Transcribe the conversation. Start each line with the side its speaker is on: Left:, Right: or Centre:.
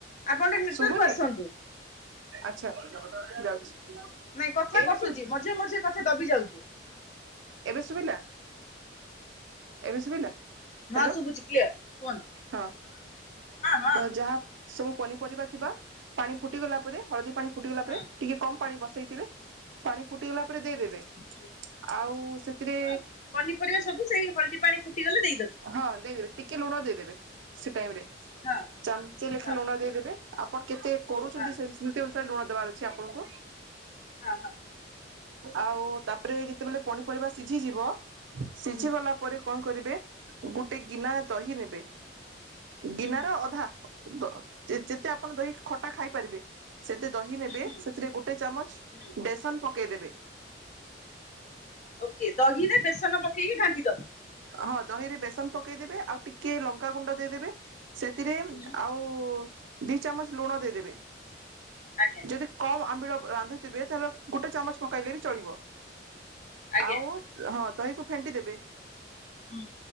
Left: ଆପଣ ଟିକେ ନେଟୱାର୍କ
Right: ଶୁଭୁନି
Left: କୁ ଆସନ୍ତୁ।
Right: ଆଚ୍ଛା ଯାଉଛି।
Left: ନାଇଁ କଥା
Right: ଏଇନା
Left: କଟୁଚି
Right: ଶୁଭୁ
Left: ମଝିରେ ମଝିରେ କଥା ଦବି ଯାଉଛି।
Right: ଏବେ ଶୁଭିଲା? ଏବେ ଶୁବିଲା। ହ୍ୟାଲୋ
Left: ହଁ ଶୁଭୁଛି କ୍ଲିୟର କୁହନ୍ତୁ।
Right: ହଁ
Left: ହଁ ହଁ
Right: ତ ଯାହା ସବୁ ପନିପରିବା ଥିବା ପାଣି ଫୁଟିଗଲା ପରେ ହଳଦୀ ପାଣି ଫୁଟି ଗଲା
Left: ହଁ
Right: ପରେ ଟିକେ କମ୍ ପାଣି ବସ ସେଇଥିରେ ପାଣି ଫୁଟିଗଲା ପରେ ଦେଇଦେବେ
Left: ହଁ
Right: ଆଉ ସେଥିରେ
Left: ହଁ ପନିପରିବା ସବୁ ସେଇ ହଳଦୀ ପାଣି ଫୁଟିଗଲେ ଦେଇଦେବି
Right: ହଁ ଦେଇଦେବି ଟିକେ ଲୁଣ ଦେଇଦେବେ ସେ ଟାଇମ ରେ
Left: ହଁ
Right: ଚାମଚେ ଲେଖା
Left: ହଁ
Right: ଲୁଣ ଦେଇଦେବେ। ଆପଣ କେତେ କରୁଛନ୍ତି
Left: ହଁ
Right: ସେ ସେମତି ଅନୁସାରେ ଲୁଣ ଦେବେ। ଦବାର ଅଛି ଆପଣଙ୍କୁ। <inaudible>
Left: ହଁ ହଁ
Right: ଆଉ ତାପରେ ଯେତେବେଳେ ପନିପରିବା ସିଝିଯିବ ସିଝି
Left: ହୁଁ
Right: ଗଲା ପରେ କଣ କରିବେ? ଗୋଟେ ଗିନା ରେ ଦହି ନେବେ
Left: ହୁଁ
Right: ଗିନାର
Left: ହୁଁ
Right: ଅଧା ଯେତେ ଆପଣ ଦହି ଖଟା ଖାଇପାରିବେ। ସେତେ ଦହି ନେବେ
Left: ହୁଁ ହୁଁ
Right: ସେଥିରେ ଗୋଟେ ଚାମଚ
Left: ହୁଁ
Right: ବେସନ ପକେଇଦେବେ।
Left: ଓକେ ଦହିରେ ବେସନ ପକେଇକି ଘାଣ୍ଟି ଦବ।
Right: ହଁ ଦହି ରେ ବେସନ ପକେଇଦେବେ ଆଉ ଟିକେ ଲଙ୍କା ଗୁଣ୍ଡ ଦେଇଦେବେ। ସେଥିରେ
Left: ହୁଁ
Right: ଆଉ ଦି ଚାମଚ ଲୁଣ ଦେଇଦେବେ।
Left: ଆଜ୍ଞା
Right: ଯଦି କମ୍ ଆମ୍ବିଳ ରାନ୍ଧୁଥିବେ ତାହାଲେ ଗୋଟେ ଚାମଚ ପକେଇଲେ ବି ଚଳିବ।
Left: ଆଜ୍ଞା
Right: ଆଉ ହଁ ଦହିକୁ ଫେଣ୍ଟି ଦେବେ।
Left: ହୁଁ